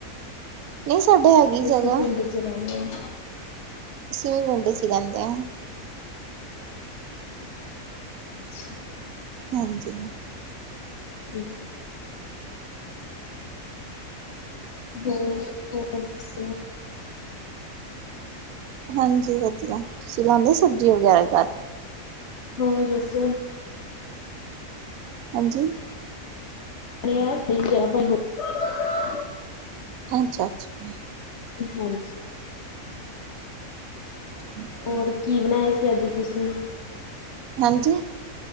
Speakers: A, on the right; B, on the left.
A: ਨਹੀਂ, ਸਾਡੇ ਹੈਗੀ ਜਗ੍ਹਾ।
B: ਅਸੀਂ ਪਿੰਡ ਚ ਰਹਿੰਦੇ ਹਾਂ।
A: ਅਸੀਂ ਵੀ ਪਿੰਡ ਚ ਰਹਿੰਦੇ ਹਾਂ।
B: ਅੱਛਾ।
A: ਹਾਂਜੀ।
B: ਹਮ। ਹੋ -ਹੋ ਬੱਸ।
A: ਹਾਂਜੀ ਵਧੀਆ ਤੁਸੀਂ ਲਾਉਦੇ, ਸਬਜ਼ੀ ਵਗੈਰਾ ਘ।
B: ਹੋ ਦੱਸ।
A: ਹਾਂਜੀ।
B: ਸਹੀਦੇ ਬਾਈ। <unintelligible>
A: ਅੱਛਾ -ਅੱਛਾ।
B: ਹਾਂਜੀ।
A: ਠੀਕ ਹੈ।
B: ਹੋਰ ਕੀ ਬਣਾਏ ਸੀ, ਅੱਜ ਤੁਸੀਂ। ਕੀ
A: ਹਾਂਜੀ